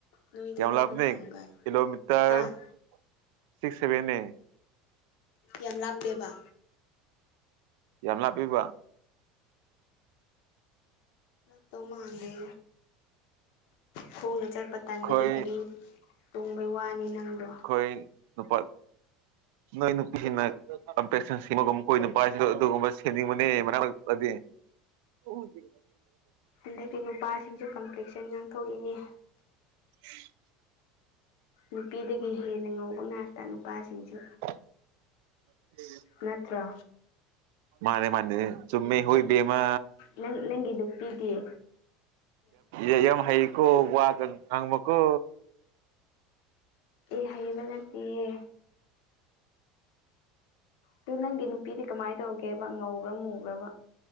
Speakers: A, on the left; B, on the right.
A: ꯅꯣꯏ ꯊꯕꯛ
B: ꯌꯥꯝ ꯂꯥꯞꯄꯅꯦ
A: ꯃꯐꯝꯒ
B: ꯀꯤꯂꯣꯃꯤꯇꯔ
A: ꯑꯥ
B: ꯁꯤꯛꯁ ꯁꯕꯦꯟ ꯑꯦ
A: ꯌꯥꯝ ꯂꯥꯞꯄꯦꯕ
B: ꯌꯥꯝ ꯂꯥꯞꯄꯤꯕ
A: ꯂꯥꯛꯇꯧ ꯃꯥꯟꯗꯦ ꯈꯣꯡꯅ ꯆꯠꯄ ꯇꯟꯥꯟꯕꯒꯤ
B: ꯑꯩꯈꯣꯏ
A: ꯀꯔꯤ ꯇꯣꯡꯕꯩ ꯋꯥꯅꯤ ꯅꯪꯗꯣ
B: ꯑꯩꯈꯣꯏ ꯅꯨꯄꯥ ꯅꯣꯏ ꯅꯨꯄꯤꯁꯤꯡꯅ ꯀꯝꯄꯤꯟ ꯁꯤꯃꯒꯨꯝ ꯀꯣꯏ ꯅꯨꯄꯥꯁꯤꯗ ꯑꯗꯨꯒꯨꯝꯕ ꯁꯦꯝꯅꯤꯡꯕꯅꯦ ꯃꯔꯛꯗꯤ ꯍꯖꯤ
A: ꯑꯟꯗꯛꯇꯗꯤ ꯅꯨꯄꯥꯁꯤꯡꯁꯨ ꯀꯝꯄ꯭ꯂꯤꯁꯟ ꯉꯥꯡꯊꯣꯛꯏꯅꯦ
B: <inaudible>
A: ꯅꯨꯄꯤꯗꯒꯤ ꯍꯦꯟꯅ ꯉꯧꯕ ꯉꯥꯛꯇ ꯅꯨꯄꯥꯁꯤꯡꯁꯨ
B: ꯎꯝ
A: ꯅꯠꯇ꯭ꯔꯥ
B: ꯃꯥꯅꯦ ꯃꯥꯅꯦ ꯆꯃꯦ ꯍꯣꯏꯃ
A: ꯅ ꯅꯪꯒꯤ ꯅꯨꯄꯤꯗꯤꯌꯦ
B: ꯌꯦ ꯍꯩꯀꯣ ꯋꯥ ꯀ ꯉꯪꯃꯀꯣ
A: ꯑꯦ ꯍꯩꯕ ꯇꯠꯇꯤꯌꯦ ꯑꯗꯨ ꯅꯪꯒꯤ ꯅꯨꯄꯤꯗꯤ ꯀꯃꯥꯏꯅ ꯇꯧꯒꯦꯕ ꯉꯧꯕ꯭ꯔꯥ ꯃꯨꯕ꯭ꯔꯕ